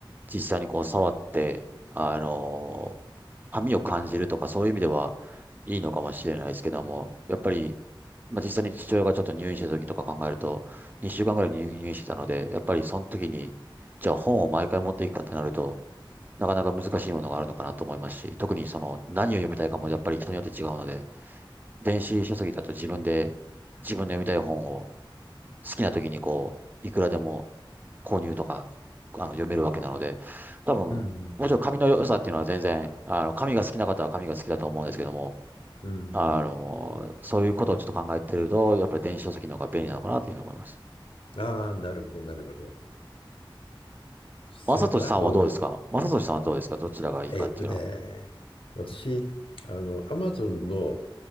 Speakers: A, on the right (about 20°); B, on the left (about 80°).
A: 実際にこう触って、あの、紙を感じるとかそういう意味ではいいのかもしれないですけども、やっぱり、まあ実際に父親がちょっと入院した時とか考えると、2週間ぐらい入入院してたので、やっぱりその時に、じゃあ本を毎回持っていくかってなると、なかなか難しいものがあるのかなと思いますし、特にその何を読みたいかもやっぱり人によって違うので、電子書籍だと自分で、自分の読みたい本を好きな時にこう、いくらでも購入とか、あの、読めるわけなので、多分、
B: うん。
A: もちろん紙の良さっていうのは全然、あの、紙が好きな方は紙が好きだと思うんですけども、
B: うん。
A: あの、そういうことをちょっと考えてると、やっぱり電子書籍の方が便利なのかなというふうに思います。
B: ああ、なるほど、なるほど。それと、
A: 正俊さんはどうですか正俊さんはどうですかどちらがいいかっていうのは。
B: あと、えーっとね、私、あの、アマゾンの、